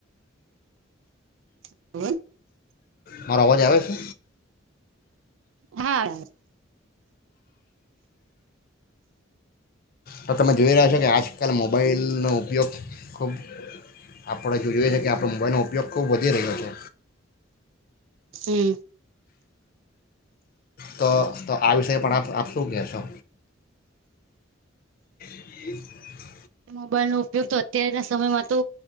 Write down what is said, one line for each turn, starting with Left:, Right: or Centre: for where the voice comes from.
Right: <unintelligible>
Left: મારો અવાજ આવે છે.
Right: હા.
Left: તો તમે જોઈ રહ્યા છો કે આજકાલ મોબાઈલનો ઉપયોગ ખૂબ આપણે જો જોઈએ છે કે તો મુંબાઈલનો ઉપયોગ ખૂબ વધી રહ્યો છે.
Right: હમ.
Left: તો તો આ વિષય પણ આપ આપ શું કહેશો? <unintelligible>
Right: મોબાઈલ નો ઉપયોગ તો અત્યારના સમયમાં તો